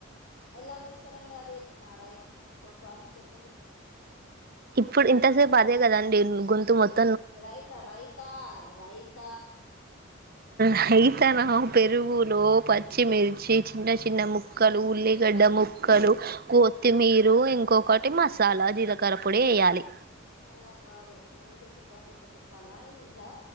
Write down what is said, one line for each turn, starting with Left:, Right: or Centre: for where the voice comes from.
Left: ఎలా చేస్తారండి అది మా రైత్ ప్రాసెస్ చెప్పండి.
Right: ఇప్పుడు ఇంతసేపు అదే కదండి గొంతు మొత్త
Left: రైత రైత రైత
Right: రేత నా పెరుగులో పచ్చిమిర్చి చిన్న చిన్న ముక్కలు ఉల్లిగడ్డ ముక్కలు కొత్తిమీరు ఇంకొకటి మసాలా జీలకర్ర పొడి వేయాలి
Left: అలా కాదుండి నేను చేసే ప్రాసెస్ ఎట్ల చెప్పాలా ఇట్లా